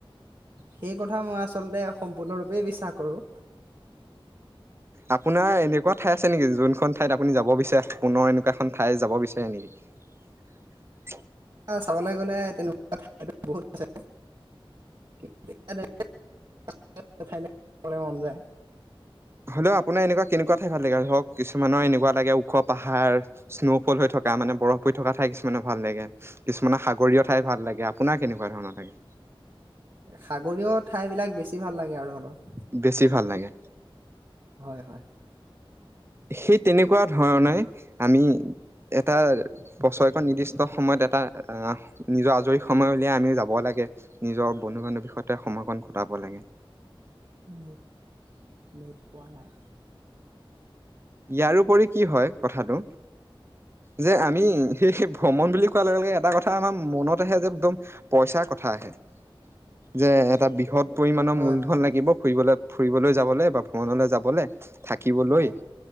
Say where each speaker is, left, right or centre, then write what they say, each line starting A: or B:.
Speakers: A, on the right; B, on the right.
A: সেই কথা মই আচলতে সম্পূৰ্ণৰূপে বিশ্বাস কৰোঁ
B: আপোনাৰ এনেকুৱা ঠাই আছে নেকি যোনখন ঠাইত আপুনি যাব বিচাৰে পুনৰ এনেকুৱা এখন ঠাই যাব বিচাৰে নেকি
A: চাবলে গ'লে তেনেকুৱা ঠাই বহুত আছে <unintelligible> মন যায়
B: হেল্ল আপোন এনেুকোৱা কেনেকুৱা ঠাইত ভাল লাগে আৰু হওঁক কিছুমানৰ এনেকুৱা লাগে ওখ পাহাৰৰ উঠ স্ন'ফল হৈ থকা মানে বৰফ পৰি থকা ঠাই কিছুমানে ভাল লাগে কিছুমানে সাগৰিয় ঠাই ভাললাগে আপোনাৰ কেনেকুৱা ধৰণৰ লাগে
A: সাগৰীয়ত ঠাইবিলাক বেছি ভাল লাগে আৰু অলপ
B: বেছি ভাল লাগে
A: হয় হয়
B: সেই তেনেকুৱা ধৰণে আমি এটা বছৰেকত নিৰ্দিষ্ট সময়ত এটা আহ নিজৰ আজৰি সময় উলিয়াই আমি যাব লাগে নিজৰ বন্ধু বান্ধৱী বিষয়তে সময় কন কটাব লাগে
A: মোক নিত পোৱা নাই
B: ইয়াৰওপৰি কি হয় কথাটো যে আমি সেইেই ভ্ৰমণ বুলি কোৱা লগে লগে এটা কথা আমাৰ মনত আহে যে একদম পইচাৰ কথা আহে যে এটা বৃহৎ পৰিমাণৰ
A: হয়
B: মূলধন
A: হয়
B: লাগিব ফুৰিবলৈ ফুৰিবলৈ যাবলৈ বা ভ্ৰমণলৈ যাবলৈ থাকিবলৈ
A: হয় হয়